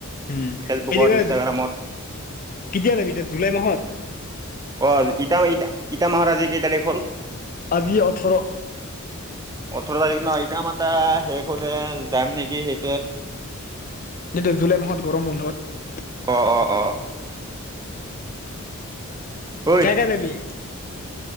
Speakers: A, on the left; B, on the right.
A: উ'ম,
B: ফেচবুকত
A: এনি ৱেজ
B: ইনষ্টাগ্ৰামত।
A: কেতিয়া যাবি এতিয়া জুলাই মাহত?
B: অ' ইটা, ইটা, ইটা মাহত আজি কেই তাৰিখ হ'ল?
A: আজিয়ে অঠৰ।
B: ওঠৰ তাৰিখ ন ইত মতা শেষ হ'লে যাম নেকি সেই
A: এইটো জুলাই মাহত গৰম বন্ধত।
B: অ' অ' অ' ঐ
A: কাই, কাই যাবি।